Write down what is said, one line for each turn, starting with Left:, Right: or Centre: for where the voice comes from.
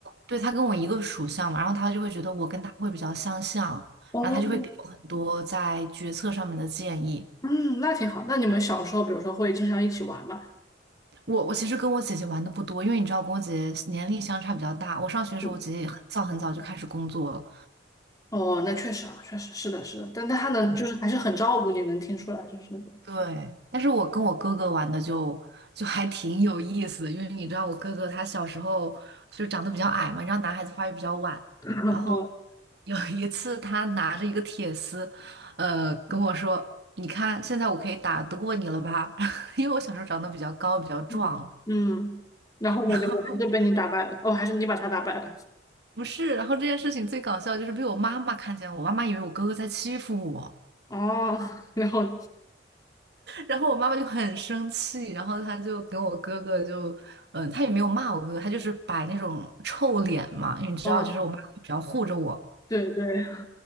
Right: 对，他跟我一个属相嘛，然后他就会觉得我跟他会比较相像，
Left: 哦，
Right: 然后他就会给我很多在决策上面的建议。
Left: 嗯，那挺好。那你们小时候，比如说会经常一起玩吗？
Right: 我我其实跟我姐姐玩的不多，因为你知道，跟我姐姐年龄相差比较大。我上学的时候，
Left: 嗯，
Right: 我姐姐也很早很早就开始工作了，
Left: 哦，那确实啊，确实是的，是的。但但他能就是还是很照顾你，
Right: 对。
Left: 能听出来，就是那种，
Right: 对，但是我跟我哥哥玩的就就还挺有意思的因为你知道我哥哥他小时候就长得比较矮嘛，然后男孩子发育比较晚，
Left: <laughs>
Right: 然后
Left: 嗯
Right: 有一次他拿着一个铁丝，呃，跟我说：“你看，现在我可以打得过你了吧？” <laughs> 因为我小时候长得比较高，比较壮。
Left: 嗯嗯。然后呢，
Right: 然后
Left: 就我还是被你打败了，
Right: <laughs>
Left: 哦，还是你把他打败了。
Right: 不是，然后这件事情最搞笑就是被我妈妈看见我，我妈妈以为我哥哥在欺负我。
Left: 哦，<laughs> 然后，
Right: 然后我妈妈就很生气，然后她就跟我哥哥就，嗯、她也没有骂我哥哥，她就是摆那种臭脸嘛，因为你知道，
Left: 啊，
Right: 就是我妈比较护着我，
Left: 对对，<laughs>